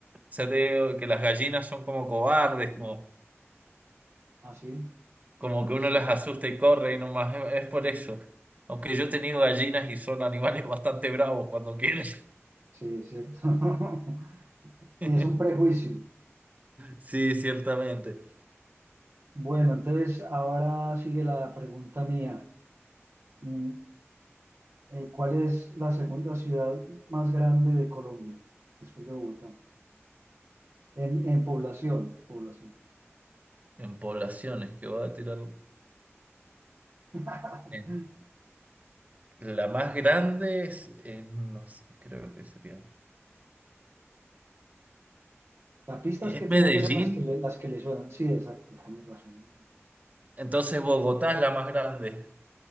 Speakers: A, on the right; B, on the right.
A: se ha tenido- que las gallinas son como cobardes, como,
B: Ah, sí,
A: como
B: a
A: que
B: usted.
A: uno las asusta y corre y nomás es, es por eso. Aunque yo he tenido gallinas y son animales <laughs> bastante bravos cuando quieren.
B: Sí, sí, es cierto. <laughs> Sí,
A: <laughs>
B: es un prejuicio.
A: Sí, ciertamente.
B: Bueno, entonces ahora sigue la pregunta mía. Mm, eh, ¿Cuál es la segunda ciudad más grande de Colombia, después de Bogotá? En, en población, población.
A: en poblaciones que voy a tirar.
B: <laughs>
A: en- la más grande es, es- no sé, creo que sería.
B: La pista
A: Es
B: es que tiene
A: Medellín,
B: que ser las que le, las que le suenan. Sí, exacto, tienes razón.
A: entonces Bogotá es la más grande.